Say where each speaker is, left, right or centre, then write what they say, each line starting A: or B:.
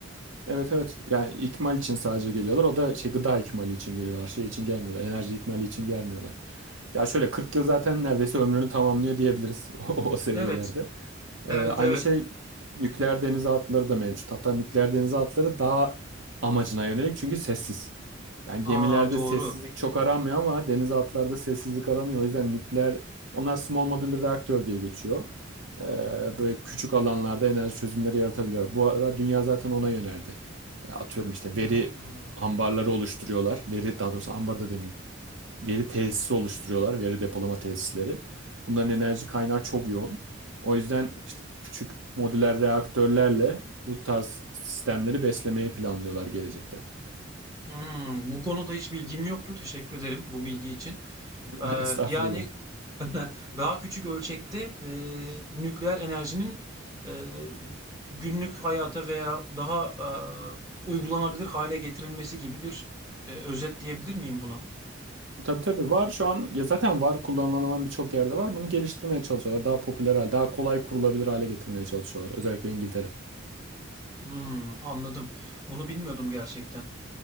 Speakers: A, on the right; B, on the right.
A: Evet evet. Yani ikmal için sadece geliyorlar. O da şey gıda ikmali için geliyorlar. Şey için gelmiyorlar. Enerji ikmali için gelmiyorlar. Ya şöyle 40 yıl zaten neredeyse ömrünü tamamlıyor diyebiliriz <laughs> o, o seviyelerde.
B: Evet, evet,
A: Ee, aynı
B: evet.
A: şey nükleer denizaltıları da mevcut. Hatta nükleer denizaltıları daha amacına yönelik çünkü sessiz. Yani gemilerde
B: Aa doğru.
A: sessizlik çok aranmıyor ama denizaltılarda sessizlik aranıyor. O yüzden nükleer, onlar small modular reaktör diye geçiyor. Ee, böyle küçük alanlarda enerji çözümleri yaratabiliyor. Bu ara dünya zaten ona yöneldi. Ee, Atıyorum işte
B: Hmm,
A: veri ambarları oluşturuyorlar. Veri daha doğrusu ambar da demeyeyim. Veri tesisi oluşturuyorlar, veri depolama tesisleri. Bunların enerji kaynağı çok yoğun. O yüzden işte küçük modüler reaktörlerle bu tarz sistemleri beslemeyi planlıyorlar gelecekte.
B: hmm. Bu konuda hiç bilgim yoktu. Teşekkür ederim bu bilgi için.
A: <laughs>
B: Eee,
A: Estağfurullah.
B: yani <laughs> Daha küçük ölçekte e, nükleer enerjinin e, günlük hayata veya daha e, uygulanabilir hale getirilmesi gibi bir e, özet diyebilir miyim buna?
A: Tabii tabii var şu an ya zaten var kullanılan alan birçok yerde var. Bunu geliştirmeye çalışıyorlar. Daha popüler hale, daha kolay kurulabilir hale getirmeye çalışıyorlar. Özellikle İngiltere.
B: Hmm, anladım. Bunu bilmiyordum gerçekten.